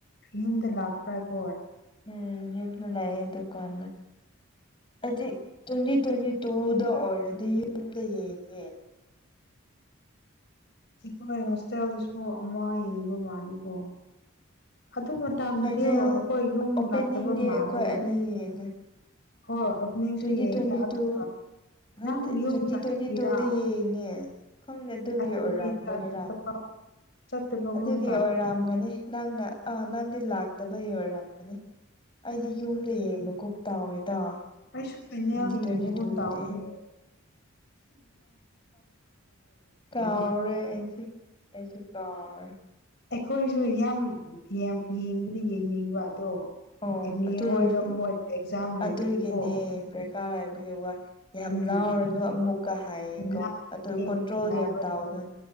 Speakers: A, on the left (about 50°); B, on the left (about 25°).
A: ꯌꯨꯝꯗ ꯂꯥꯛꯄ꯭ꯔꯥ ꯑꯩꯈꯣꯏ
B: ꯎꯝ ꯌꯨꯝꯗ ꯂꯩꯌꯦ ꯑꯗꯨꯀꯥꯟꯗ ꯑꯗꯤ ꯇ꯭ꯋꯦꯟꯇꯤ ꯇ꯭ꯋꯦꯟꯇꯤ ꯇꯨꯗ ꯑꯣꯏꯔꯗꯤ ꯌꯨꯝꯗ ꯌꯦꯡꯉꯦ
A: ꯖꯤꯈꯣꯏ ꯍꯣꯁꯇꯦꯜꯗꯁꯨ ꯑꯃ ꯌꯦꯡꯕ ꯃꯥꯜꯂꯤꯀꯣ ꯑꯗꯨ ꯃꯇꯥꯗꯨꯗꯤ
B: ꯐꯥꯏꯅꯦꯜ
A: ꯑꯣ ꯑꯈꯣꯏ ꯌꯨꯝ
B: ꯑꯣꯄꯦꯅꯤꯡꯗꯤ
A: ꯂꯥꯛꯇꯕ ꯃꯥꯜꯂꯦ
B: ꯑꯩꯈꯣꯏ ꯑꯅꯤ ꯌꯦꯡꯉꯦ
A: ꯍꯣꯏ ꯑꯣꯄꯅꯤꯡꯁꯨ
B: ꯇ꯭ꯋꯦꯟꯇꯤ
A: ꯌꯦꯡꯉꯦ
B: ꯇ꯭ꯋꯦꯟꯇꯤ
A: ꯑꯗꯨ
B: ꯇꯨ ꯅꯠꯇꯦ
A: ꯅꯪ ꯌꯨꯝ
B: ꯇ꯭ꯋꯦꯟꯇꯤ
A: ꯆꯠꯈꯤꯔꯥ
B: ꯇ꯭ꯋꯦꯟꯇꯤ ꯇꯨꯗ ꯌꯦꯡꯉꯦ ꯈꯪꯗꯦ ꯑꯗꯨꯒꯤ
A: ꯑꯩꯕꯨꯗꯤ
B: ꯑꯣꯏꯔꯝꯕꯒꯤꯔ
A: ꯆꯠꯇꯕ ꯆꯠꯇꯕꯒꯨꯝ
B: ꯑꯗꯨꯒꯤ
A: ꯇꯧꯋꯦ
B: ꯑꯣꯏꯔꯝꯒꯅꯤ ꯅꯪꯅ ꯑꯥ ꯅꯪꯗꯤ ꯂꯥꯛꯇꯕꯩ ꯑꯣꯏꯔꯝꯒꯅꯤ ꯑꯩꯗꯤ ꯌꯨꯝꯗ ꯌꯦꯡꯕꯒꯨꯝ ꯇꯧꯋꯦꯗ
A: ꯑꯩꯩꯁꯨ ꯐꯩꯏꯅꯦꯜ
B: ꯇ꯭ꯋꯦꯟꯇꯤ
A: ꯌꯦꯡꯉꯕꯒꯨꯝ
B: ꯇ꯭ꯋꯦꯟꯇꯤ ꯇꯨꯗꯗꯤ
A: ꯇꯧꯕꯅꯦ
B: ꯀꯥꯎꯔꯦ
A: <unintelligible>
B: ꯑꯩꯁꯦ ꯑꯩꯁꯨ ꯀꯥꯎꯔꯦ
A: ꯑꯩꯈꯣꯏꯁꯨ ꯌꯥꯝ ꯌꯦꯡꯕꯗꯤ ꯌꯦꯡꯅꯤꯡꯕ ꯑꯗꯣ
B: ꯑꯣ
A: ꯑꯦꯝꯃꯤ
B: ꯑꯗꯨ
A: ꯍꯣꯏꯗꯣ
B: ꯑꯣꯏꯔꯁꯨ
A: ꯃꯣꯏ ꯑꯦꯛꯖꯥꯝ ꯂꯩꯕꯒꯤꯀꯣ
B: ꯑꯗꯨꯒꯤꯅꯦ ꯄ꯭ꯔꯦꯀꯥ ꯂꯥꯏꯕꯒꯤ ꯋꯥꯏ ꯌꯥꯍꯧ
A: ꯎꯝ
B: ꯂꯥꯎꯔꯅꯨ ꯑꯃꯨꯛꯀ ꯍꯥꯏꯌꯦꯀꯣ
A: ꯂꯥꯛꯑꯦ
B: ꯑꯗꯨ ꯀꯣꯟꯇ꯭ꯔꯣꯜꯗꯤ
A: ꯌꯥꯔꯣꯏ
B: ꯌꯥꯝ ꯇꯥꯎꯗꯣ